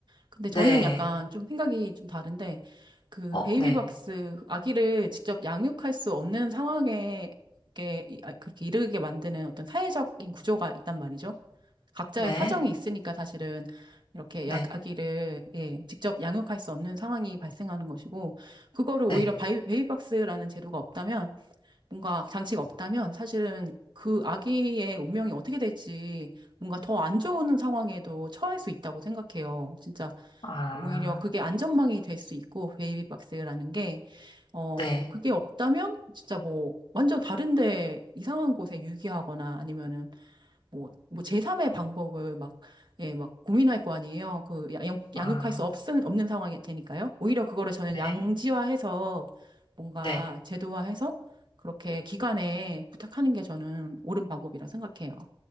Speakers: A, on the right; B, on the left.
A: 근데
B: 네.
A: 저는 약간 좀 생각이 좀 다른데, 그
B: 어,
A: 베이비박스
B: 네.
A: 아기를 직접 양육할 수 없는 상황에 이렇게 이- 아, 그렇게 이르게 만드는 어떤 사회적인 구조가 있단 말이죠. 각자의
B: 네.
A: 사정이 있으니까 사실은 이렇게
B: 네.
A: 약 아기를 예, 직접 양육할 수 없는 상황이 발생하는 것이고, 그거를
B: 네.
A: 오히려 바이, 베이비박스라는 제도가 없다면, 뭔가 장치가 없다면 사실은 그 아기의 운명이 어떻게 될지 뭔가 더 안 좋은 상황에도 처할 수 있다고 생각해요. 진짜
B: 아,
A: 오히려 그게 안전망이 될 수 있고 베이비박스라는 게 어,
B: 네.
A: 그게 없다면 진짜 뭐 완전 다른데 이상한 곳에 유기하거나 아니면은 뭐, 뭐 제3의 방법을 막, 예, 막 고민할 거 아니에요. 그 양,
B: 아,
A: 양육할 수 없은, 없는 상황이 되니까요. 오히려 그거를 저는
B: 네.
A: 양지화해서 뭔가
B: 네.
A: 제도화해서 그렇게 기관에 부탁하는 게 저는 옳은 방법이라 생각해요.